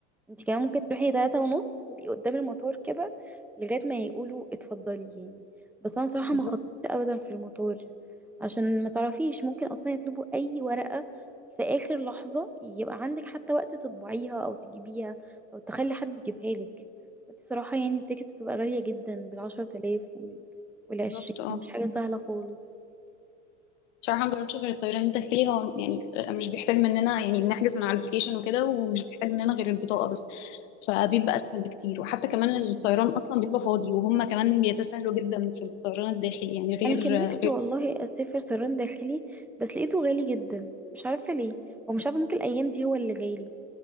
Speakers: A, in the centre; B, on the left (about 70°).
A: انت كمان ممكن تروحي ثلاثة ونص تبقي قدام المطار كده لغايه ما يقولوا اتفضلي يعني بس انا صراحه
B: بالظبط
A: ما خطرتش ابدا في المطار عشان ما تعرفيش ممكن اصلا يطلبوا اي ورقه في اخر لحظه يبقى عندك حتى وقت تطبعيها او تجيبيها او تخلي حد يجيبها لك بس صراحه يعني التيكت بتبقى غاليه جدا بالعشرة آلاف وال والعشرين
B: بالضبط اه
A: مش حاجه سهله خالص
B: بصراحة مجربتش غير الطيران الداخلي هو يعني مش بيحتاج مننا يعني بنحجز من على الابليكيشن وكده ومش بيحتاج مننا غير البطاقة بس فبيبقى أسهل بكتير وحتى كمان الطيران أصلا بيبقى فاضي وهم كمان بيتساهلوا جدا في الطيران الداخلي يعني غير
A: انا كان نفسي
B: غير
A: والله اسافر طيران داخلي بس لقيته غالي جدا مش عارفه ليه ومش عارفه ممكن الايام دي هو اللي غالي